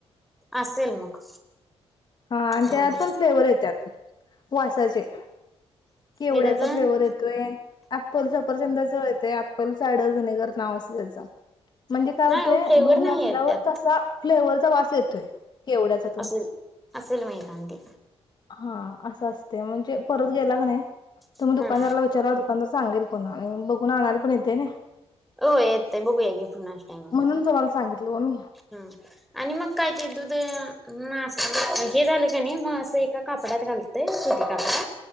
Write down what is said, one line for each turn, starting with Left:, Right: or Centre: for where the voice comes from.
Centre: असेल मग
Left: हा आणि
Centre: हम्म
Left: त्यात पण फ्लेवर येत्यात वासाचे केवड्याचा
Centre: येत्यात होय
Left: फ्लेवर
Centre: हम्म
Left: येतोय ऍपल सपरचंदाच येतय अप्पल सायडर व्हिनेगर नाव असंतय त्याच म्हणजे काय होते
Centre: नाही ओ फ्लेवर
Left: दूध नासल्यावर
Centre: नाही आहेत त्यात
Left: तसा फ्लेवरचा वास येतोय, केवड्याचा तेन
Centre: असेल असेल म एकांदी
Left: हा असं असते म्हणजे परत गेला का नाही
Centre: हम्म
Left: तुम्ही दुकानदाराला विचारा दुकानदार सांगेल पण आणि बघून आणायला पण ये.. ते ना
Centre: हो येतय बघूया की पुन्हा टाइम
Left: म्हणून तुम्हाला सांगितलं ओ मी
Centre: हा आणि मग काय ते दुध मासल हे झालं का नाही. मग असं एका कापड्यात घालतय सुती कापडा